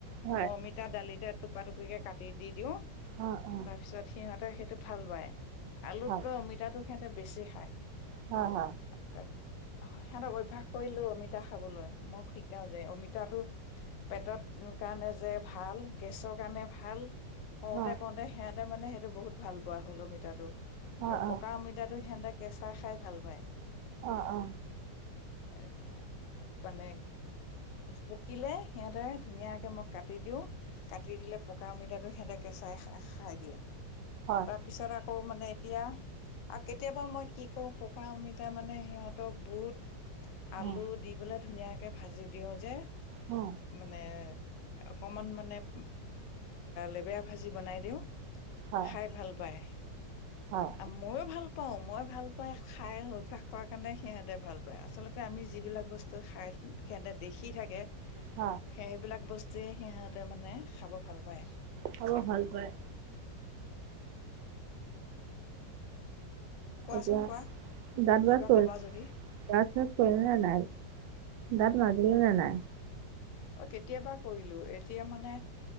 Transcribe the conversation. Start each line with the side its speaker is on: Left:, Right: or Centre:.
Right: হয়
Left: মই অমিতা এয়া দালিতে টুকুৰা টুকুৰিকে কাটি দি দিও
Right: অ অ
Left: তাৰপিছত সিহঁতে সেইটো ভাল পায়। আলুতকৈ
Right: হয়
Left: অমিতাটো সিহঁতে বেছি খায়।
Right: হ হ
Left: সিহঁতক অভ্যাস কৰিলো অমিতা খাবলৈ। মই শিকাও যে অমিতাটো পেটত কাৰণে যে ভাল গেছৰ কাৰণে ভাল কওঁতে
Right: অ
Left: কওঁতে সিহঁতে মানে সেইটো বহুত ভাল পোৱা হল অমিতাটো
Right: অ
Left: আৰু
Right: অ
Left: পকা অমিতাটো সিহঁতে কেঁচা খাই ভাল পায়
Right: অ অ
Left: <unintelligible> মানে পকিলে সিহঁতে ধুনীয়াকৈ মই কাটি দিওঁ কাটি দিলে পকা অমিতাটো সিহঁতে কেঁচাই খাই দিয়ে।
Right: হয়।
Left: তাৰপিছত আকৌ মানে এতিয়া আৰু কেতিয়াবা মই কি কৰো, পকা অমিতা মানে সিহঁতক বুট
Right: অ
Left: আলু দি পেলাই ধুনীয়াকে ভাজি দিও যে,
Right: অ
Left: মানে অকমান মানে লেবেৰা ভাজি বনাই দিও
Right: হয়
Left: খাই ভাল পায়,
Right: হয়
Left: আ ময়ো ভাল প পাও, মই ভাল পাই খাই অভ্যাস কৰাৰ কাৰণে সিহঁতে ভাল পায়, আচলতে আমি যিবিলাক বস্তু খাই, সিহঁতে দেখি থাকে
Right: হ।
Left: সেইবিলাক বস্তুৱে সিহঁতে মানে খাব ভাল পায়।
Right: খাব ভাল পায়।
Left: কোৱাচোন
Right: এতিয়া
Left: কোৱা
Right: দাত
Left: কিবা
Right: ব্ৰাছ <unintelligible>
Left: কবা যদি
Right: দাঁত ব্ৰাছ কৰিলে নে নাই? দাঁত মাজিলে নে নাই?
Left: অ, কেতিয়াবা কৰিলোঁ। এতিয়া মানে